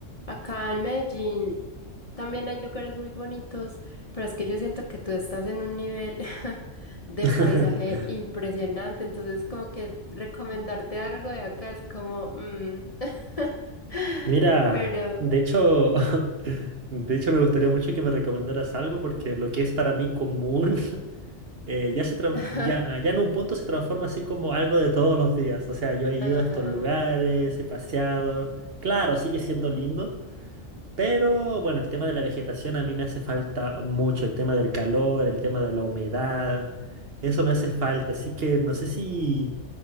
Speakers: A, on the left (about 30°); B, on the right (about 50°).
A: Acá en Medellín también hay lugares muy bonitos, pero es que yo siento que tú estás en un nivel <laughs> de
B: <laughs>
A: paisaje impresionante, entonces como que recomendarte algo de acá es como, mm, <laughs>
B: Mira,
A: pero...
B: de hecho, <laughs> de hecho me gustaría mucho que me recomendaras algo porque lo que es para mí común <laughs> eh, ya se tran-
A: <laughs>
B: ya, ya en un punto se transforma así como algo de todos los días. O sea, yo he ido
A: Ajá.
B: a estos lugares, he paseado. Claro, sigue siendo lindo, pero bueno, el tema de la vegetación a mí me hace falta mucho. El tema del calor, el tema de la humedad, eso me hace falta. Así que no sé si,